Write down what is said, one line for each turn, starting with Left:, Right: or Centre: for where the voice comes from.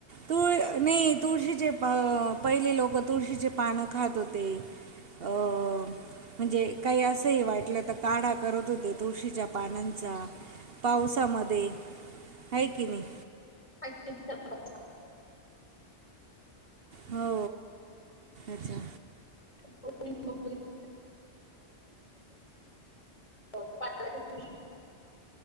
Right: तुळ नाही तुळशीचे अ- पहिले लोक तुळशीचे पानं खात होते. अ... म्हणजे काही असंही वाटलं तर काढा करत होते तुळशीच्या पानांचा पावसामध्ये हाय की नाही.
Left: <unintelligible>
Right: हो... अच्छा.
Left: <unintelligible> पांटलाच्या <unintelligible> नन